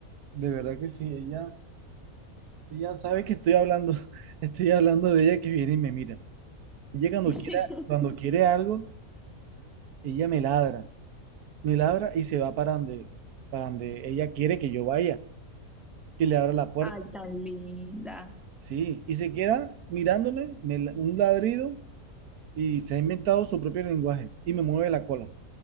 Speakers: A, on the right; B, in the centre.
A: De verdad que sí, ella, ella sabe que estoy hablando, <laughs> estoy hablando de ella que viene y me mira. Ella cuando
B: <laughs>
A: quiera, cuando quiere algo, ella me ladra, me ladra y se va para donde, para donde ella quiere que yo vaya, que le abra la puerta.
B: Ay, tan linda.
A: Sí, y se queda mirándome, me la- un ladrido y se ha inventado su propio lenguaje y me mueve la cola.